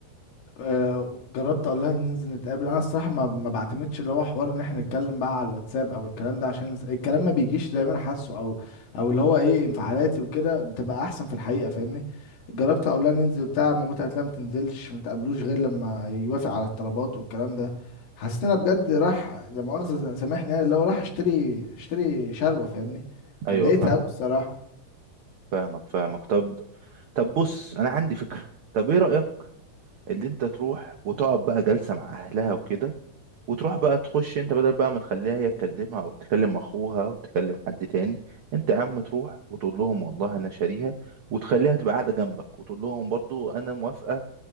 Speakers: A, on the left; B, on the right.
A: آه، جربت اقول لها ننزل نتقابل انا الصراحه ما ما بعتمدش اللي هو حوار ان احنا نتكلم بقى على الواتساب او الكلام ده عشان الكلام ما بيجيش زي ما انا حاسه او او اللي هو ايه انفعالاتي وكده بتبقى احسن في الحقيقه فاهمني جربت اقول لها ننزل بتاع مامتها قالت لها ما تنزلش ما تقابلوش غير لما يوافق على الطلبات والكلام ده حسيت ان انا بجد راح لا مؤاخذه سامحني يعني اللي هو راح اشتري اشتري شربة فاهمني فاتضايقت
B: ايوه فاهم
A: قوي الصراحه
B: فاهمك فاهمك طب طب بص انا عندي فكرة طب ايه رأيك اللي انت تروح وتقعد بقى جلسة مع اهلها وكده وتروح بقى تخش انت بدل بقى ما تخليها هي تكلمها او تكلم اخوها او تكلم حد تاني انت يا عم تروح وتقول لهم والله انا شاريها وتخليها تبقى قاعدة جنبك وتقول لهم برضو انا موافقة